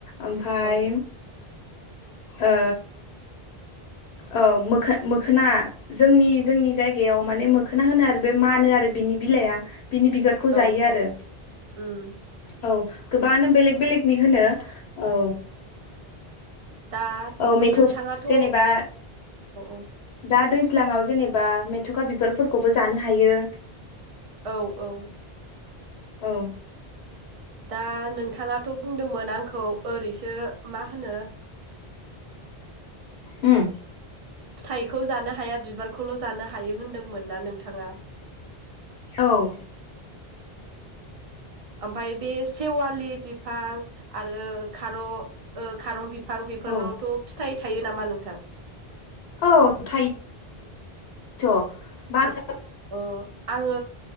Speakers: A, on the left; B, on the right.
A: ओमफाय
B: औ
A: ओ अ मोख-मोखोना जोंनि जोंनि जायगायाव माने मो खोना होनो आरो बे मानो आरो बिनि बिलाइया बिनि बिबारखौ
B: औ
A: जायो
B: औ
A: आरो।
B: उम
A: औ गोबाङानो बेलेग बेलेगनि होनो। औ
B: दा
A: औ मेथ'
B: नोंथाङाथ
A: जेनेबा
B: औ औ
A: दा दैज्लाङाव जेनेबा मेथुखा बिबारफोरखौबो जानो हायो।
B: औ औ
A: औ
B: दा नोंथाङाथ बुंदोंमोन आंखौ ओरैसो मा होनो
A: उम
B: फिथाइखौ जानो हाया बिबारखौल जानो हायो होन्दोंमोन ना नोंथाङा।
A: औ
B: ओमफाय बे सेवालि बिफां आरो खार ओ खारं बि बिफां बेफोरावथ
A: औ
B: फिथाइ थायो नामा नोंथां?
A: औ थायो। थ <unintelligible>
B: अ आङो